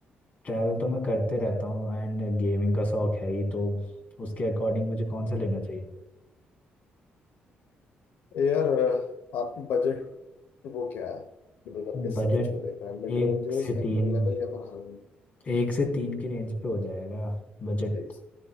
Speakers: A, on the left; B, on the left.
A: ट्रैवल तो मैं करते रहता हूँ एंड गेमिंग का शौक है ही तो उसके अकॉर्डिंग मुझे कौन सा लेना चाहिए
B: यार अह, आपकी बजट वो क्या है मतलब आप किस
A: बजट
B: रेंज पे देख रहे हैं मिड
A: एक
B: रेंजर्स
A: से
B: एंट्री
A: तीन
B: लेवल या फिर हाई
A: एक से तीन की रेंज पे हो जाएगा बजट
B: एक